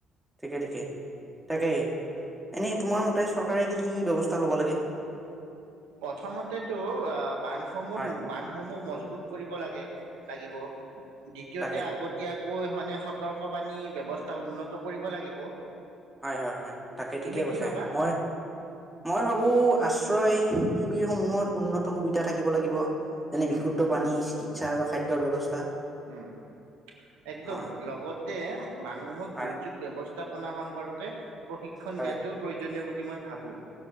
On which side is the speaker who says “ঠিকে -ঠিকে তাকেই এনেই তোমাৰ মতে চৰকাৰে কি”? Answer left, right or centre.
Centre